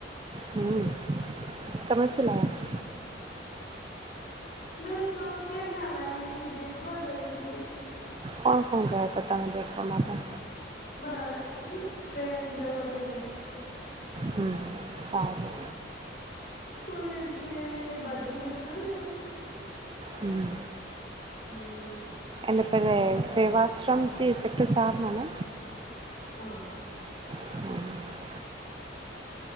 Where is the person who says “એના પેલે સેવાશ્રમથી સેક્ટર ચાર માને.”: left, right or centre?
Right